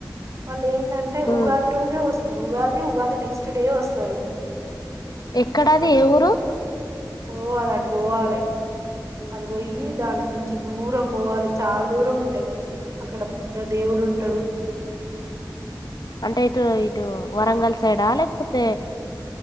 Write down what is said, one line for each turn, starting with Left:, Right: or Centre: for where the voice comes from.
Right: వాళ్ళు ఏం దంటే
Left: హ్మ్.
Right: ఉగాది రోజే వస్ స్తారు ఉగాది ఉగాది నెక్స్ట్ డే వస్తరు
Left: ఎక్కడాది ఏ ఊరు
Right: ఓ అది అటు పోవాలే అటు ఒయ్యి దాంట్లో నుంచి దూరం బొవాలి చాలా దూరం ఉంటది అక్కడ పెద్ద దేవుడు ఉంటడు
Left: అంటే ఇటు ఇటు వరంగల్ సైడా లేకపోతే